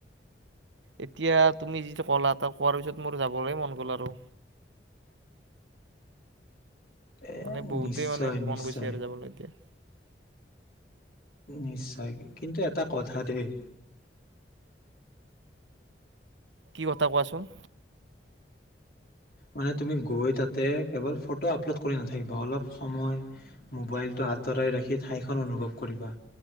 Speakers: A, on the right; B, on the left.
A: এতিয়া তুমি যিটো কলা ত কোৱাৰ পিছত মোৰ যাবলৈ মন গ'ল আৰু
B: এ
A: মানে বহুতেই
B: নিশ্চয়
A: মানে
B: নিশ্চয়
A: মন গৈছে আৰু যাবলৈ এতিয়া
B: নিশ্চয় কিন্তু এটা কথা দেই
A: কি কথা কোৱাচোন
B: মানে তুমি গৈ তাতে কেৱল ফটো আপলোড কৰি নাথাকিবা অলপ সময় মোবাইলটো আঁতৰাই ৰাখি ঠাইখন অনুভৱ কৰিবা